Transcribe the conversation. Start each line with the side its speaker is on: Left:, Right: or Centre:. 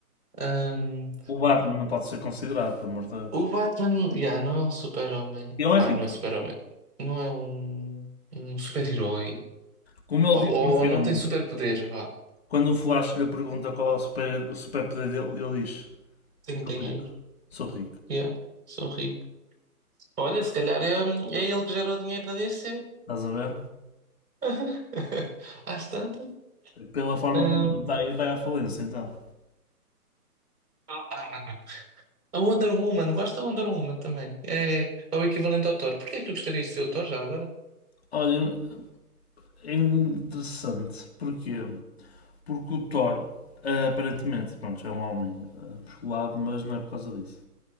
Right: hum,
Left: O Batman não pode ser considerado, por amor de Deus.
Right: o Batman, yeah, não é um super-homem.
Left: Ele
Right: Ah,
Left: é rico.
Right: não é super-homem. Não é um, um super-herói.
Left: Como ele
Right: Ou, ou-
Left: diz no
Right: ou
Left: filme,
Right: não tem superpoder, vá.
Left: quando o Flash lhe pergunta qual é o super- o super-poder dele, ele diz:
Right: Tem
Left: Sou
Right: dinheiro.
Left: rico. Sou rico.
Right: Yeah, sou rico. Olha, se calhar é, é ele que gera o dinheiro da DC.
Left: Estás a ver?
Right: <laughs> Às tantas.
Left: Pela forma
Right: hum,
Left: como ele está aí, vai à falência então.
Right: ah, ah, ah. a Wonder Woman, gosto da Wonder Woman também. É, é o equivalente ao Thor. Porquê é que tu gostarias de ser o Thor já agora?
Left: Olha, é interessante. Porquê? Porque o Thor, ah, aparentemente, pronto, é um homem ah, musculado, mas não é por causa disso.